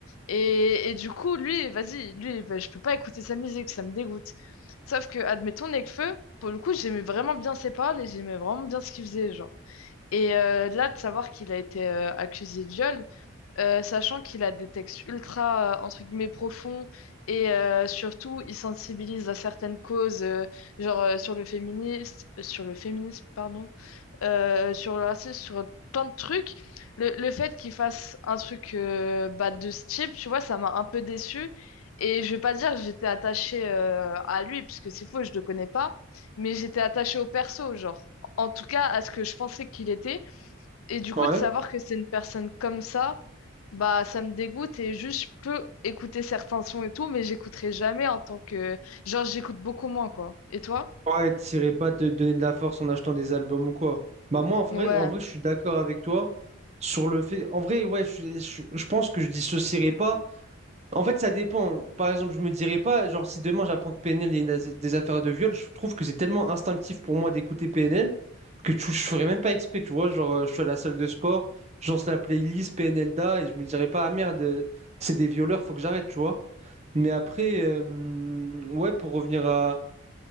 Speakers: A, on the left (about 90°); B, on the right (about 30°).
A: Et, et du coup, lui, vas-y, lui, bah, je peux pas écouter sa musique, ça me dégoûte. Sauf que, admettons, Nekfeu, pour le coup, j'aimais vraiment bien ses paroles et j'aimais vraiment bien ce qu'il faisait, genre. Et euh, là, de savoir qu'il a été euh, accusé de viol, euh, sachant qu'il a des textes ultra, euh, entre guillemets, profonds, et euh, surtout, il sensibilise à certaines causes, euh, genre euh, sur le féminisme, sur le féminisme, pardon, euh, sur le racisme, sur plein de trucs. Le, le fait qu'il fasse un truc euh, bah, de ce type, tu vois, ça m'a un peu déçue. Et je vais pas dire que j'étais attachée euh, à lui, puisque c'est faux, je le connais pas, mais j'étais attachée au perso, genre, en tout cas, à ce que je pensais qu'il était. Et du coup,
B: ouais.
A: de savoir que c'est une personne comme ça, bah ça me dégoûte et juste je peux écouter certains sons et tout, mais j'écouterai jamais en tant que... Genre, j'écoute beaucoup moins, quoi. Et toi?
B: Ouais, t'irais pas te donner de la force en achetant des albums ou quoi. Bah moi, en vrai,
A: Ouais.
B: en vrai, je suis d'accord avec toi sur le fait. En vrai, ouais, je, je- je pense que je dissocierais pas. En fait, ça dépend. Par exemple, je me dirais pas, genre, si demain j'apprends que PNL, il y a une as- des affaires de viol, je trouve que c'est tellement instinctif pour moi d'écouter PNL que tu- je ferais même pas exprès, tu vois. Genre, euh, je suis à la salle de sport, je lance la playlist PNL Da et je me dirais pas, ah merde, euh, c'est des violeurs, faut que j'arrête, tu vois. Mais après, euh, ouais, pour revenir à,